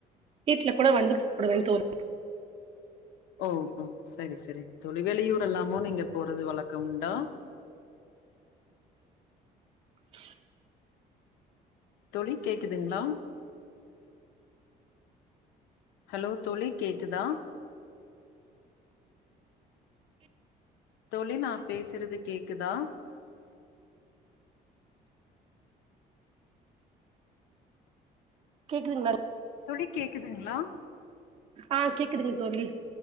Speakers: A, on the right; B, on the left.
A: வீட்ல கூட வந்து போடுவே தோழ்
B: ஓ ஓ சரி சரி தோழி வெளியூர் எல்லாமோ நீங்க போறது வழக்க உண்டா
A: <inaudible>
B: தோழி கேக்குதுங்களா ஹலோ தோழி கேக்குதா தோழி நா பேசுறது கேக்குதா
A: கேக்குதுங்களா
B: தோழி கேக்குதுங்களா
A: ஆ கேக்குதுங்க தோழி